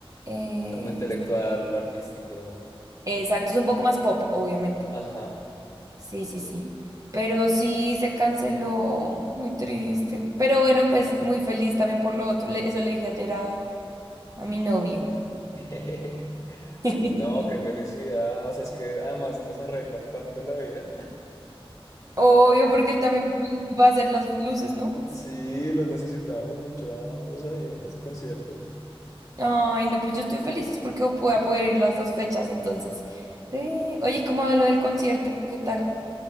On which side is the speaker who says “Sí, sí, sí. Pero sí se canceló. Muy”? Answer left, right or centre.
Right